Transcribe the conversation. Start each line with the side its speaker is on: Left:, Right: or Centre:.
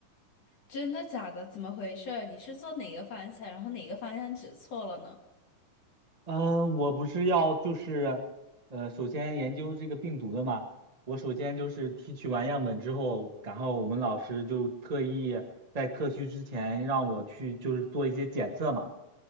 Left: 真的假的？怎么回事儿？你是做哪个方向，然后哪个方向指错了呢？
Right: 嗯，我不是要就是，呃，首先研究这个病毒的嘛。我首先就是提取完样本之后，然后我们老师就特意在特需之前让我去就是做一些检测嘛。